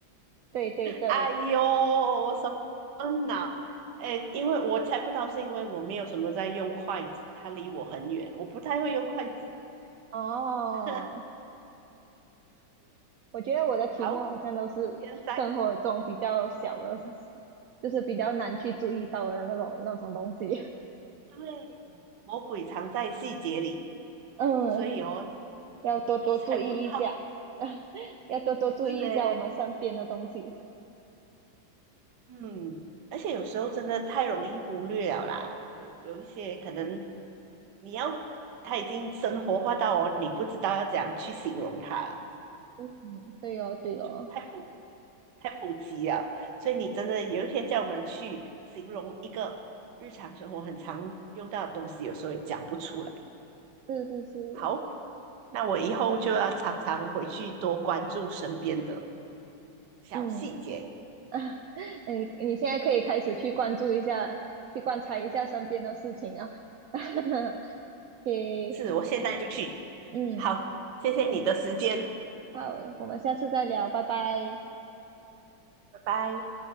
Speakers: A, on the right; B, on the right.
A: 对对对，
B: 哎呦，我手嗯呐，哎，因为我猜不到，是因为我没有什么在用筷子，它离我很远，我不太会用筷子。
A: 哦，
B: <laughs>
A: 我觉得我的题目好像都是生活中比较小的，
B: 好，现在
A: <laughs> 就是比较难去注意到的那种那种东西。
B: 对，魔鬼藏在细节里，
A: <laughs> 嗯，
B: 所以哦，
A: 要多多注意一下，
B: 就猜不到
A: <laughs> 要多多注意一下我们身边的东西。
B: 是哎。嗯，而且有时候真的太容易忽略了啦，有有一些可能你要它已经生活化到哦，你不知道要怎样去形容它了，
A: 嗯，对哦，对哦，
B: 就太普太普及了，所以你真的有一天叫我们去形容一个日常生活很常用到的东西，有时候也讲不出来。
A: 是是是，
B: 好，那我以后就要常常回去多关注身边的小细节。
A: 嗯 <laughs> 啊，你你现在可以开始去关注一下，去观察一下身边的事情啊。<laughs> 给，
B: 是，我现在就去。
A: 嗯，
B: 好，谢谢你的时间，
A: 好，我们下次再聊，拜拜。
B: 拜拜。